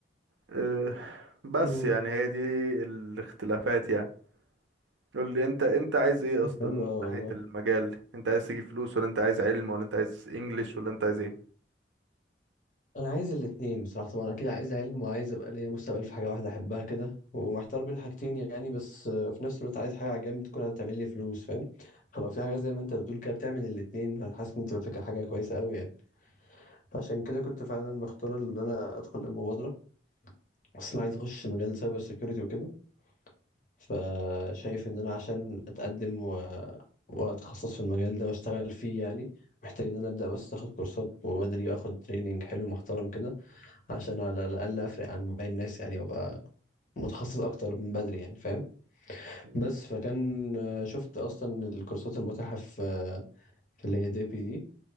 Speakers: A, on the right; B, on the left.
A: اه، بس
B: مم.
A: يعني هي دي الاختلافات يعني قول لي انت انت عايز ايه اصلا
B: حلو
A: من
B: أوي
A: ناحية
B: والله
A: المجال انت عايز تجيب فلوس ولا انت عايز علم ولا انت عايز انجليش ولا انت عايز ايه
B: انا عايز الاتنين بصراحه طبعا اكيد عايز علم وعايز ابقى ليا مستقبل في حاجه واحده احبها كده ومحتار بين حاجتين يعني بس آه، في نفس الوقت عايز حاجه على جنب تكون هتعمل لي فلوس فاهم فلو في حاجه زي ما انت بتقول كده بتعمل الاتنين انا حاسس ان تبقى فكره حاجه كويسه قوي يعني فعشان كده كنت فعلا مختار ان انا ادخل المبادره بس انا عايز اخش مجال سايبر سيكيورتي وكده فشايف ان انا عشان اتقدم و... واتخصص في المجال ده واشتغل فيه يعني محتاج ان انا ابدا بس اخد كورسات وبدري اخد تريننج حلو محترم كده عشان على الأقل أفرق عن باقي الناس يعني وأبقى متخصص أكتر من بدري يعني فاهم
A: مم.
B: بس فكان آه، شفت أصلا الكورسات المتاحة في آه، اللي هي دي بي دي